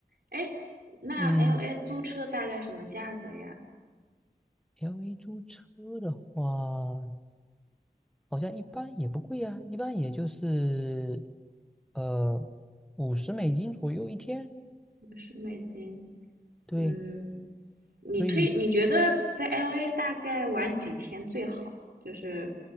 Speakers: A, on the right; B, in the centre.
A: 哎，那
B: 嗯
A: LA 租车大概什么价格呀？
B: ，LA 租车的话，好像一般也不贵啊，一般也就是呃五十美金左右一天，
A: 五十美金。
B: 对，
A: 嗯，你推你觉得在
B: 所以
A: LA 大概玩几天最好？就是